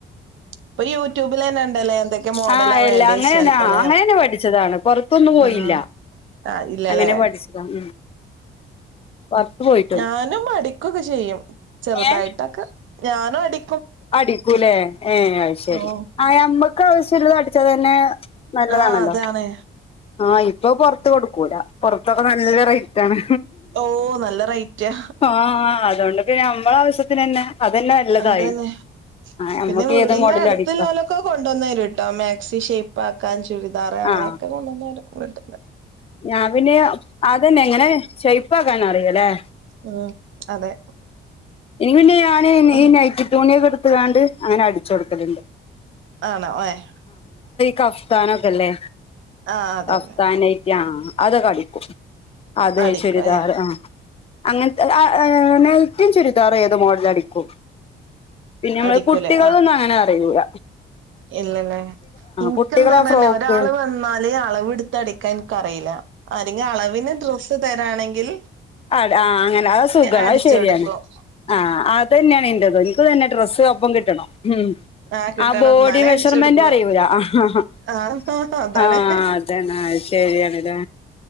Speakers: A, on the right; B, on the left.
A: ഇപ്പൊ യൂട്യൂബിൽ തന്നെ ഉണ്ടല്ലേ എന്തൊക്കെ മോഡലാ
B: ആ അല്ല
A: വേണ്ടി
B: അങ്ങനന്നാ
A: വെച്ചാൽ പല
B: അങ്ങനെന്നെ പഠിച്ചതാണ് പൊൻത്തൊന്നും പോയില്ല
A: ആ ആ ഇല്ലല്ലേ
B: അങ്ങനെ പഠിച്ചതാ ഉം പൊറത്ത് പോയിട്ടൊന്നുല്ല
A: ഞാനും അടിക്കൊക്കെ ചെയ്യും ചെറുതായിട്ടക്കെ
B: ഏഹ്
A: ഞാനും അടി
B: അടിക്കൂലേ ഏ അ ശരി
A: ഓ
B: ആ നമ്മക്ക് ആവശ്യല്ലത് അടിച്ചാ തന്നെ നല്ലതാണല്ലോ
A: ആഹ് അതാണ്
B: ആഹ് ഇപ്പൊ പൊർത്ത് കൊടുക്കൂലാ പൊർ ഇൾതൊക്കെ നല്ല റൈറ്റാണ്
A: ഓ നല്ല റേറ്റാ
B: ആ അതുകൊണ്ട് പ്പ ഞമ്മള ആവശ്യത്തിന് തന്നെ നല്ലതായി
A: അതന്നെ
B: നമ്മക്ക്
A: പിന്നെ വീടിന്റെ
B: ഏത് മോഡലും
A: അടുത്ത്
B: അടിക്കാ
A: ഇല്ലോലൊക്കെ കൊണ്ടൊന്നെരുട്ടോ മാക്സി ഷേപ്പ് ആക്കാൻ ചുരി ദാർഴഅങ്ങനെക്കെ
B: ആഹ്
A: കൊണ്ടന്നെരും വീട്ടിന്ന്
B: ഞാൻ പിന്നെ അതന്നെ എങ്ങനെ ശേയിപ്പാക്കാനറിയല്ലേ
A: ഉം അതെ
B: എനിക്ക് പിന്നെ ഞാന്
A: ഉം
B: ഈ നൈറ്റി തൂണിയൊക്കെ എടുത്ത് കണ്ട് അങ്ങനെ അടിച്ചു കൊടുക്കലുണ്ട്
A: ആണോ ഏഹ്
B: കഫ്താനൊക്കെല്ലേ
A: ആ അതെ
B: കഫ്താനയിട്ട്
A: അതെ
B: ആ അതൊക്കടിക്കും അത്
A: അടിക്കും
B: ചുരിദാർ
A: ഏ
B: ആ അങ്ങനത അ ഏ നെറ്റിം ചുരിദാറു ഏതാ മോഡലടിക്കും പിന്നമ്മള്
A: അടിക്കൂലേ
B: കുട്ടികൾ
A: ആഹ്
B: ഒന്നും അങ്ങനെ അറിയുക
A: ഇല്ലല്ലേ ഇൻക്കന്താ
B: കുട്ടികളെ
A: തന്നെ
B: ഫ്രോക്ക്
A: ഒരാള് വന്നാല് അളവ് ഇട്ത്ത് അടിക്കാൻ എൻക്കറീല്ല ആരെങ്കി അളവിന് ഡ്രസ്സ് തെരാണെങ്കിൽ
B: അതെ ആ അങ്ങനെ അത് സുഖാണ്
A: അടിച്ചൊടുക്കും
B: അത് ശെര്യണ് ആ അതെന്നേണ് ഇൻ്റതും പ്പം തന്നെ ഡ്രസ്സ് ഒപ്പം കിട്ടണം മ്
A: ആഹ് കിട്ടണം
B: ആ ബോഡി
A: എന്നാലേ
B: മെഷർമെന്റ്
A: അടിച്ചൊടുക്കുള്ളൂ
B: അറിയൂല അ ഹാ അ
A: ആഹ് അതാണ്
B: ആ അതെന്നെ അയ് ശെര്യാണ് ലേ